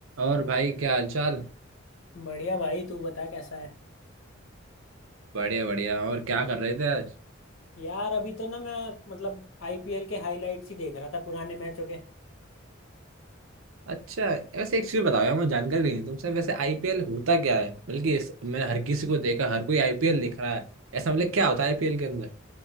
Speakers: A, on the right; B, on the left.
A: और भाई क्या हालचाल
B: बढ़िया भाई तू बता कैसा है
A: बढ़िया बढ़िया और क्या कर रहे थे आज
B: यार अभी तो ना मैं मतलब आईपीएल के हाइलाइट्स ही देख रहा था पुराने मैचों के
A: अच्छा वैसे एक चीज बताओ यार मुझे जानकारी नहीं है तुमसे वैसे आईपीएल होता क्या है बल्कि इस, मैंने हर किसी को देखा हर कोई आईपीएल दिख रहा है ऐसा मतलब क्या होता है आईपीएल के अंदर